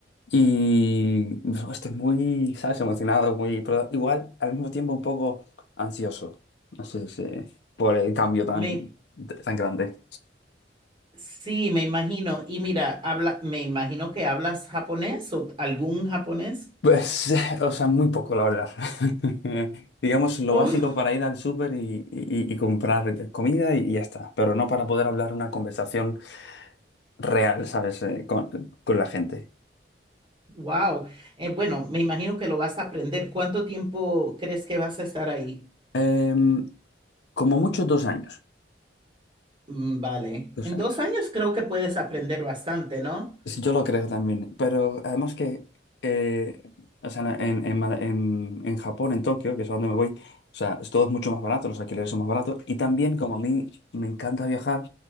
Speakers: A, on the left; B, on the right.
A: Y pues, estoy muy, ¿sabes? Emocionado, muy, pero igual, al mismo tiempo un poco ansioso, no sé, si- por el cambio tan,
B: Me,
A: tan grande.
B: sí, me imagino. Y mira, habla, me imagino que hablas japonés o algún japonés. <laughs>
A: Pues, <laughs> o sea, muy poco, la verdad. <laughs> Digamos lo
B: Oh,
A: básico para ir al súper y, y- y comprar comida y, ya está, pero no para poder hablar una conversación real, ¿sabes? Eh, con, con la gente.
B: wow. Eh, bueno, me imagino que lo vas a aprender. ¿Cuánto tiempo crees que vas a estar ahí?
A: Em, como mucho, dos años.
B: Mm, Vale,
A: Dos
B: en
A: años.
B: dos años creo que puedes aprender bastante, ¿no?
A: Sí, Yo lo creo también, pero además que, eh, o sea, en, en, Ma- en- en Japón, en Tokio, que es a donde me voy, o sea, es- todo es mucho más barato, los alquileres son más baratos, y también como a mí me encanta viajar,